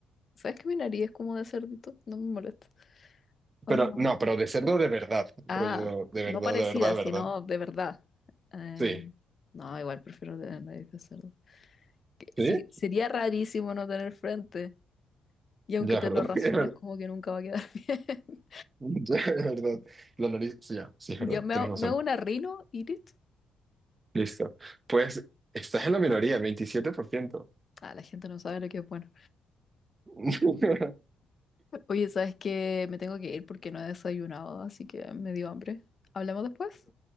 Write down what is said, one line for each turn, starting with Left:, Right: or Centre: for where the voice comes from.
Left: ¿sabes que mi nariz es como de cerdito? No me molesta. Ah,
Right: Pero no, pero de cerdo de verdad,
Left: Ah,
Right: rollo de
Left: no
Right: verdad,
Left: parecida,
Right: de verdad, de
Left: sino
Right: verdad.
Left: de verdad. Eh,
Right: Sí,
Left: no, igual prefiero tener nariz de cerdo.
Right: sí,
Left: Sí, sería rarísimo no tener frente. Y aunque
Right: ya,
Left: te
Right: ¿verdad?
Left: lo rasures como
Right: <laughs>
Left: que nunca va a quedar <laughs> bien.
Right: Ya, es verdad. La nariz, sí, ya, sí, es
Left: Yo
Right: verdad,
Left: me
Right: tienes
Left: hago,
Right: razón.
Left: me hago una rino y listo.
Right: Listo. Pues estás en la minoría, veintisiete por ciento
Left: Ah, la gente no sabe lo que es bueno.
Right: <laughs>
Left: Oye, ¿sabes qué? Me tengo que ir porque no he desayunado, así que me dio hambre. ¿Hablamos después?